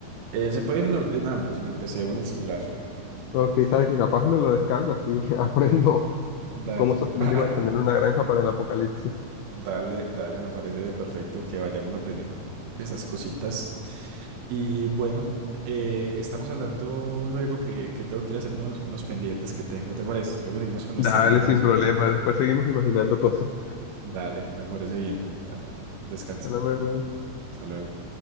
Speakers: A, on the right; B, on the left.
A: Eh, se puede en, lo- en ambos, en el PC o en el celular.
B: Ok, sabes que capaz me lo descargo así, <laughs> aprendo
A: Dale.
B: cómo sostener
A: <laughs>
B: y mantener una granja para el apocalipsis.
A: Dale, dale, me parece perfecto que vayamos aprendiendo esas cositas. Y bueno, eh, estamos hablando luego que, que tengo que ir a hacer unos, unos pendientes que tengo, ¿te parece? Luego seguimos con
B: Dale,
A: nuestra conversación.
B: sin problema, después seguimos imaginando cosas.
A: Dale, me parece bien. Dale, descansa.
B: Hasta luego.
A: Hasta luego.